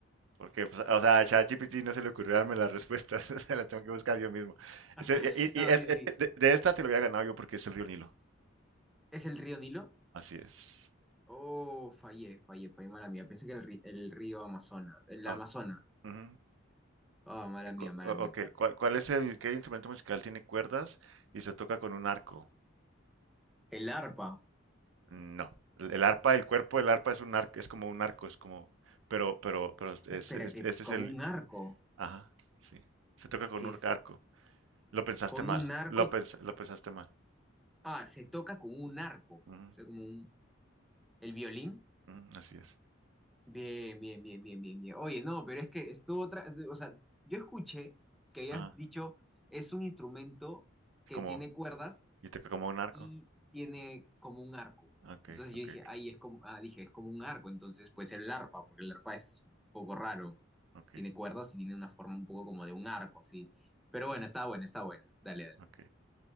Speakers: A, on the right (about 75°); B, in the centre.
A: Porque, pues, o sea, a ChatGPT no se le ocurrió darme las respuestas, <laughs> se las tengo que buscar yo mismo. Ese-
B: <laughs>
A: y y-
B: No,
A: y es-
B: sí,
A: de,
B: sí.
A: de esta te lo había ganado yo porque es el río Nilo.
B: ¿Es el río Nilo?
A: Así es.
B: Oh, fallé, fallé, fallé, mala mía. Pensé que el, ri- el río Amazonas, el
A: Ah,
B: Amazona.
A: ujú.
B: Oh, mala mía,
A: Cu-
B: mala
A: o-
B: mía,
A: Ok,
B: mala mía.
A: ¿cuál, cuál es el, qué instrumento musical tiene cuerdas y se toca con un arco?
B: El arpa.
A: Mm, No, el el arpa, el cuerpo del arpa es un arco, es como un arco, es como, pero, pero, pero es- es-
B: Espera,
A: es-
B: que
A: este es
B: como
A: el,
B: un arco,
A: ajá, sí, se toca con
B: que
A: un
B: es
A: arco. Lo pensaste
B: con
A: mal,
B: un arco.
A: lo, pens- lo pensaste mal.
B: Ah, se toca con un arco. O
A: Ujú,
B: sea, como un. El violín.
A: ujú, así es.
B: Bien, bien, bien, bien, bien, bien. Oye, no, pero es que estuvo otra. O sea, yo escuché que habías
A: Ah,
B: dicho es un instrumento que
A: como,
B: tiene cuerdas
A: y toca como un arco.
B: y tiene como un arco.
A: Ok,
B: Entonces
A: ok,
B: yo dije,
A: ok,
B: ahí es como, ah, dije, es como un arco, entonces puede ser el arpa, porque el arpa es un poco raro.
A: ok,
B: Tiene cuerdas y tiene una forma un poco como de un arco, así. Pero bueno, está buena, está buena. Dale, dale.
A: ok,